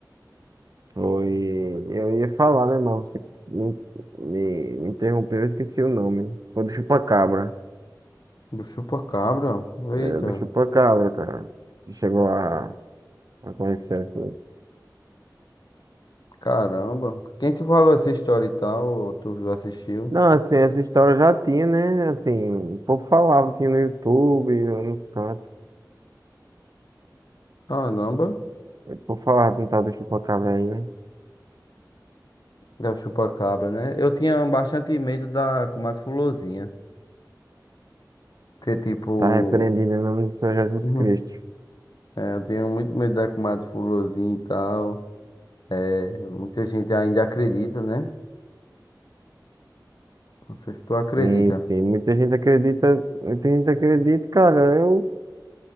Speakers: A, on the right; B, on the left.
A: foi, eu ia falar, né, mas você me, me, me interrompeu, eu esqueci o nome. Foi do Chupacabra,
B: Do chupa-cabra? Eita,
A: era do Chupacabra, cara. Você chegou a, a conhecer essa?
B: caramba. Quem te falou essa história e tal? Ou tu assistiu?
A: Não, assim, essa história já tinha, né? Assim, o povo falava, tinha no YouTube, nos cantos.
B: Caramba.
A: O povo falava de um tal do chupacabra aí, né?
B: da chupa-cabra, né? Eu tinha bastante medo da comadre Fulozinha. Porque, tipo.
A: Tá repreendido em nome do Senhor Jesus
B: <laughs> uhum,
A: Cristo.
B: é, eu tinha muito medo da comadre Fulozinha e tal. É, muita gente ainda acredita, né? Não sei se tu acredita.
A: Sim, sim. Muita gente acredita, muita gente acredita, cara. Eu,